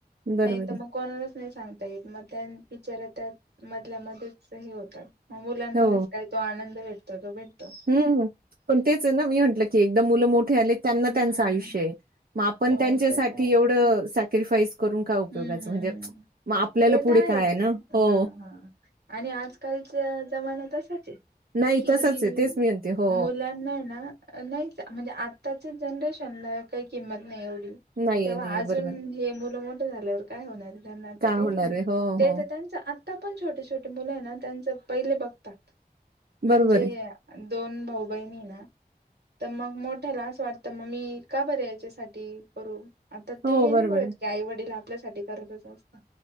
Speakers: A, on the right; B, on the right.
A: बरोबर
B: नाही तर
A: आहे
B: मग कोणालाच नाही सांगत मग त्या बिचार्या त्या मधल्यामध्येच होतात मग मुलांमध्येच
A: हो
B: काही तो आनंद भेटतो तो भेटतो
A: ह पण तेच आहे ना मी म्हटलं की एकदम मुलं मोठे आले त्यांना
B: हम्म
A: त्यांचं आयुष्य आहे मग आपण
B: हो
A: त्यांच्यासाठी
B: ते तर आहे.
A: एवढं सॅक्रिफाईस करून का उपयोगाच
B: हम्म हम्म
A: म्हणजे मग आपल्याला
B: ते
A: पुढे
B: तर आहेच
A: काय ना हो
B: हा हा आणि आजकालचा जमाना तसाच आहे
A: नाही
B: कि
A: तसच आहे तेच मी म्हणते हो
B: मुलांना ना नाही म्हणजे आताच्या जनरेशनला काही किंमत नाही एवढी
A: नाहीये
B: तेव्हा
A: नाहीये
B: अजून
A: बरोबर
B: हे मुलं मोठं झाल्यावर काय होणार त्यांना
A: काय
B: तर काही
A: होणार आहे हो हो
B: त्यांचं आता पण छोटे छोटे मुलं आहे ना त्यांच पहिले बघतात म्हणजे
A: बरोबर आहे
B: दोन भाऊ बहिणी ना तर मग मोठ्याला असं वाटतं मग मी का बरे याच्यासाठी करू आता
A: हो
B: ते हे नाही
A: बरोबर
B: बघत
A: आहे
B: की आई वडील आपल्यासाठी करतच असत